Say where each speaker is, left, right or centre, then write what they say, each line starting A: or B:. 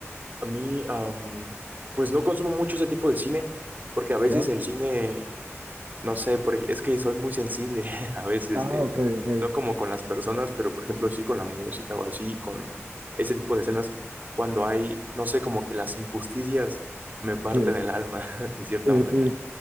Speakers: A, on the right; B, on the right.
A: A mí, am, pues no consumo mucho ese tipo de cine, porque a veces
B: ¿Ya?
A: el cine, no sé, por ej- es que soy muy sensible <laughs> a veces,
B: Ah,
A: eh,
B: ok, ok.
A: no como con las personas, pero por ejemplo sí con la música o así, con ese tipo de escenas, cuando hay, no sé, como que las injusticias me parten
B: Sí.
A: el alma, <laughs> de cierta
B: Sí,
A: manera.
B: sí.